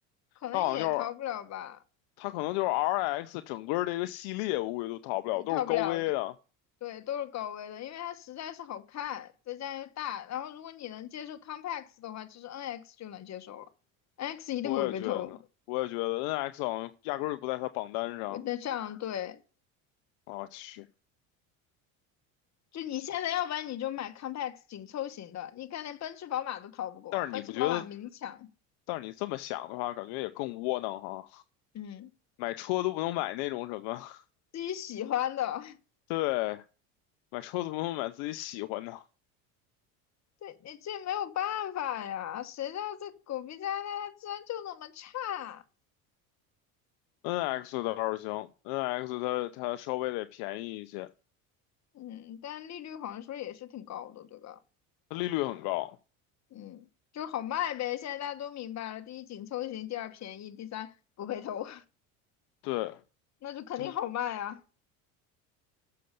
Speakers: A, on the left; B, on the left.
A: 可能也逃不了吧，
B: 它好像就是它可能就是 RX 整个这个系列，我估计都逃不了，
A: 也逃不了
B: 都是高危的。
A: 对，都是高危的，因为它实在是好看，再加上又大，然后如果你能接受 Compax 的话，其实 NX 就能接受了，NX 一定不会被偷。
B: 我也觉得，我也觉得 NX 好像压根儿就不在它榜单上。
A: 那这样对，
B: 我去，
A: 就你现在要不然你就买 Compax 紧凑型的，你看连奔驰、宝马都逃不过，
B: 但是你不觉得？
A: 奔驰、宝马明抢，
B: 但是你这么想的话，感觉也更窝囊哈。
A: 嗯，
B: 买车都不能买那种什么，<laughs>
A: 自己喜欢的。<laughs>
B: 对，买车都不能买自己喜欢的。
A: 对，你这没有办法呀，谁知道这狗逼家它它居然就那么差？
B: NX 倒是行，NX 它它稍微得便宜一些，
A: 嗯，但利率好像说也是挺高的，对吧？
B: 它利率很高。
A: 嗯，就是好卖呗。现在大家都明白了，第一紧凑型，第二便宜，第三不被偷，
B: 对，
A: <laughs> 那就肯定好卖啊，
B: 它